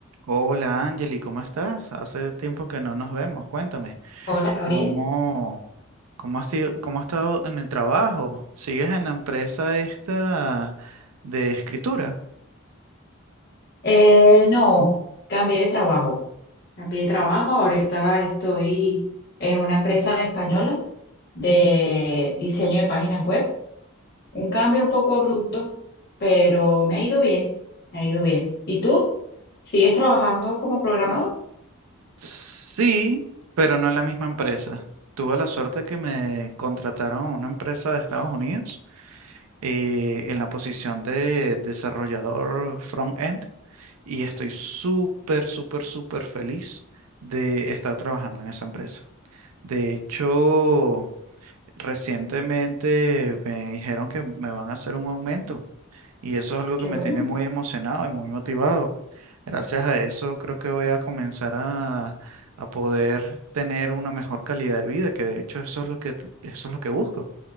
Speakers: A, on the right; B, on the left.
A: Hola Angeli, ¿cómo estás? Hace tiempo que no nos vemos. Cuéntame,
B: Hola, Gabriel.
A: ¿cómo, cómo has sido- cómo has estado en el trabajo? ¿Sigues en la empresa esta de escritura?
B: Eh, no, cambié de trabajo. Cambié de trabajo. Ahorita estoy en una empresa española de diseño de páginas web. Un cambio un poco abrupto, pero me ha ido bien. Me ha ido bien. ¿Y tú? ¿Sigues trabajando como programador?
A: Sí, pero no en la misma empresa. Tuve la suerte que me contrataron a una empresa de Estados Unidos eh, en la posición de desarrollador front-end y estoy súper, súper, súper feliz de estar trabajando en esa empresa. De hecho... Recientemente me dijeron que me van a hacer un aumento y eso es algo
B: Qué
A: que me
B: bueno,
A: tiene muy emocionado y muy motivado. Gracias a eso creo que voy a comenzar a, a poder tener una mejor calidad de vida, que de hecho eso es lo que, t- eso es lo que busco.